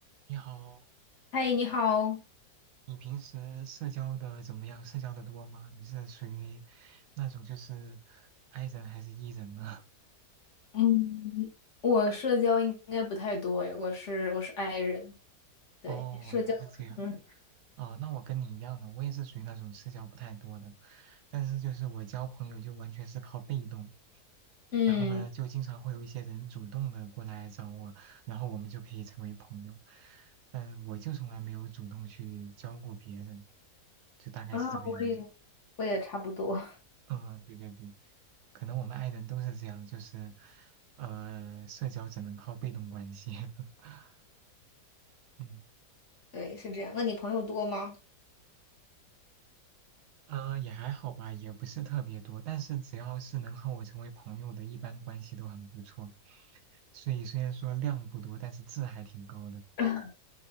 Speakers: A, on the right; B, on the left.
A: 你好，
B: 嗨，你好。
A: 你平时社交的怎么样？社交的多吗？你是属于那种就是 I 人还是 E 人呢？
B: 嗯，我社交应该不太多诶，我是我是 i 人，
A: <laughs>
B: 对，
A: 哦，
B: 社交嗯
A: 原来是这样。哦，那我跟你一样的，我也是属于那种社交不太多的，但是就是我交朋友就完全是靠被动，
B: 嗯
A: 然后呢，就经常会有一些人主动的过来找我，然后我们就可以成为朋友，嗯，我就从来没有主动去交过别人，就大概是这个样子。
B: 啊，我也 <laughs> 我也差不多，
A: 嗯，对对对，可能我们爱人都是这样，就是，呃，社交只能靠被动关系。<laughs> 嗯，
B: <laughs> 对，是这样。那你朋友多吗？
A: 呃，也还好吧，也不是特别多，但是只要是能和我成为朋友的，一般关系都很不错。所以虽然说量不多，但是质还挺高的。
B: <laughs>